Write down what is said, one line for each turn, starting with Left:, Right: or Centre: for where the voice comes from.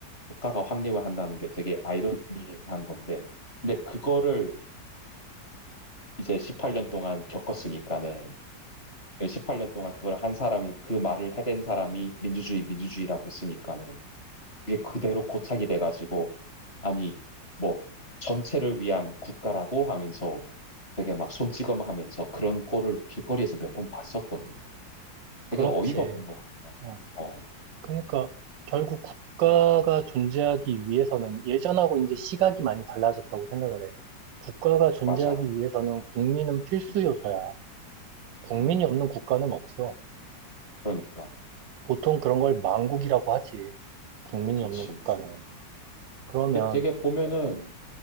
Left: 국가가 확립을 한다는 게 되게 아이러니한 건데 근데 그거를 이제 18년 동안 겪었으니까는 18년 동안 그걸 한 사람이 그 말을 해댄 사람이 민주주의 민주주의라고 했으니까는 그게 그대로 고착이 돼가지고 아니 뭐 전체를 위한 국가라고 하면서 되게 막 손찌검하면서 그런 꼴을 길거리에서 몇 번 봤었거든.
Right: 그렇지.
Left: 되게 어이가 없는 것 같아요.
Right: 어.
Left: 어,
Right: 그러니까 결국 국가가 존재하기 위해서는 예전하고 이제 시각이 많이 달라졌다고 생각을 해. 국가가 존재하기
Left: 맞아.
Right: 위해서는 국민은 필수
Left: 음,
Right: 요소야. 국민이
Left: 음,
Right: 없는 국가는 없어.
Left: 그러니까.
Right: 보통 그런 걸 망국이라고 하지. 국민이
Left: 그치.
Right: 없는 국가는. 그러면,
Left: 근데 되게 보면은,